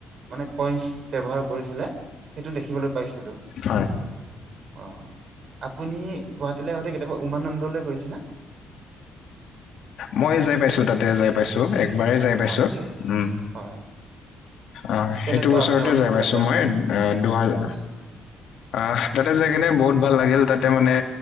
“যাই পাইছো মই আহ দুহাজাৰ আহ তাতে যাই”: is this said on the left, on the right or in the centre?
Left